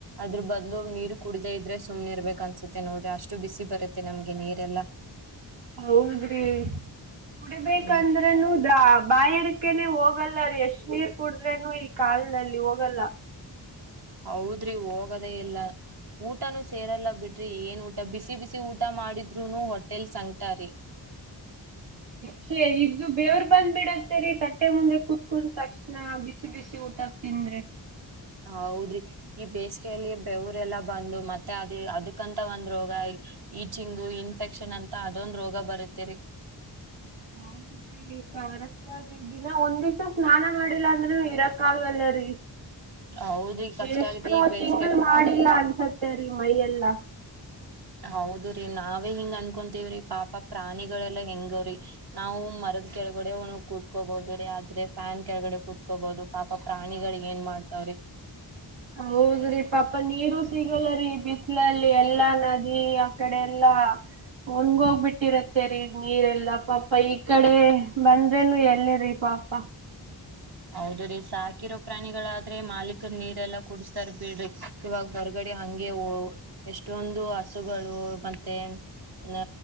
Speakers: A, on the right; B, on the right.
A: ಅದ್ರ ಬದ್ಲು ನೀರ್ ಕುಡ್ದೇ ಇದ್ರೆ ಸುಮ್ನೆ ಇರ್ಬೇಕ ಅನ್ಸತ್ತೆ ನೋಡ್ರಿ ಅಷ್ಟು ಬಿಸಿ ಬರತ್ತೆ ನಮ್ಗೆ ನೀರೆಲ್ಲಾ.
B: ಹೌದ್ರಿ ಕುಡ್ಬೇಕಂದ್ರನು
A: ಹ್ಮ್
B: ದ ಬಾಯರ್ಕನೆ ಹೋಗ ಹೋಗಲ್ಲೀ ಎಷ್ಟ್ ನೀರ್ ಕುಡದ್ರೇನು ಈ ಕಾಲ್ ನಲ್ಲಿ ಹೋಗಲ್ಲ
A: ಹೌದ್ರಿ ಹೋಗದೇ ಇಲ್ಲ ಊಟಾನೂ ಸೇರೆಲ್ಲ ಬಿಡ್ರಿ ಏನ್ ಊಟ ಬಿಸಿ ಬಿಸಿ ಊಟ ಮಾಡಿದ್ರುನು ಹೊಟೆಲಿ ಸಂಕಟಾರಿ
B: ಹುರಿ ಇದ್ದು ಬೇವ್ರ ಬಂದ್ ಬಿಡತ್ತೇರಿ ತಟ್ಟೆ ಮುಂದೆ ಕುತ್ಕ ತಕ್ಷಣ ನಾ ಬಿಸಿ ಬಿಸಿ ಊಟಕ್ ತಿಂದ್ರೆ
A: ಹೌದ್ರಿ ಈ ಬೇಸಿಗೆಯಲ್ಲಿ ಬೆವರೆಲ್ಲ ಬಂದು ಮತ್ತೆ ಅದ ಅದಕ್ಕಂತ ಒಂದ್ ರೋಗ ಈ ಚಿಂಗು ಇನ್ಫೆಕ್ಷನ್ ಅಂತ ಅದೊಂದ್ ರೋಗ ಬರತ್ತೇರಿ
B: ಹೌದ್ರಿ ಕರೆಕ್ಟ್ ಗೆ ದಿನ ಒಂದ್ ದಿವಸಾ ಸ್ನಾನ ಮಾಡಿಲ್ಲ ಅಂದ್ರೂ ಇರಕ್ ಆಗಲ್ಲರಿ
A: ಹೌದ್ರಿ ಕಷ್ಟ
B: ಎಷ್ಟೋ
A: ಆಗತಿ ಈ ಬೇಸಿಗೆ
B: ತಿಂಗಳು ಮಾಡಿಲ್ಲ ಅನಸತೆ ರಿ ಮೈ ಎಲ್ಲ
A: ಹೌದ್ರೀ ನಾವೇ ಹಿಂಗ್ ಅನ್ಕೊತೀವ್ರಿ ಪಾಪ ಪ್ರಾಣಿಗಳೆಲ್ಲಾ ಹೆಂಗವ್ರಿ ನಾವು ಮರದ ಕೆಳಗಡೆ ಕೂತ್ಕೋಬೋದ್ರೀ ಆದ್ರೆ ಫ್ಯಾನ್ ಕೆಳಗಡೆ ಕೂತ್ಕೋಬಹದು ಪಾಪ ಪ್ರಾಣಿಗಳ ಏನ್ ಮಾಡ್ತಾವ್ರಿ
B: ಹೌದ್ರಿ ಪಾಪ ನೀರು ಸಿಗಲ್ಲರಿ ಬಿಸಿಲಲ್ಲಿ ಎಲ್ಲಾ ನದಿ ಆಕಡೆ ಎಲ್ಲಾ ಒಣಗೋಗ್ಬಿಟ್ಟಿರತ್ತೇರಿ ನೀರೆಲ್ಲಾ ಪಾಪ ಈ ಕಡೆ ಬಂದ್ರೇನು ಎಲ್ಲರಿ ಪಾಪ.
A: ಹೌದ್ರೀ ಸಾಕಿರೋ ಪ್ರಾಣಿಗಳಾದ್ರೆ ಮಾಲೀಕರು ನೀರೆಲ್ಲಾ ಕುಡಸ್ತಾರ ಬಿಡ್ರಿ ಇವಾಗ ಹೊರಗಡೆ ಹಂಗೆ ಎಷ್ಟೊಂದು ಹಸುಗಳು ಮತ್ತೆ ಅಹ